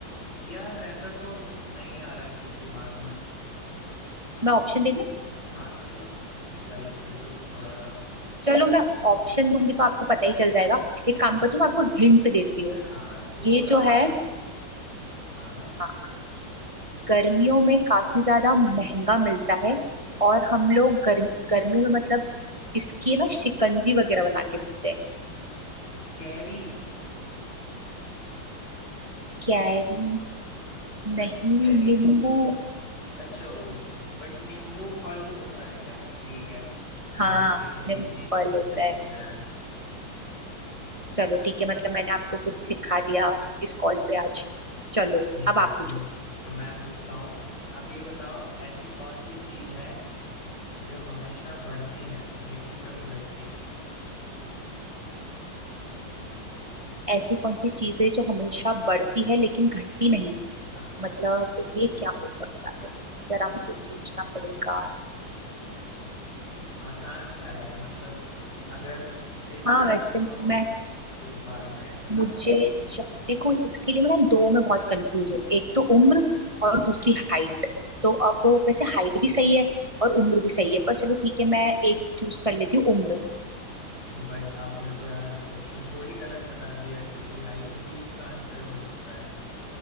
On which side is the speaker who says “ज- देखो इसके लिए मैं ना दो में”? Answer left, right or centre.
Right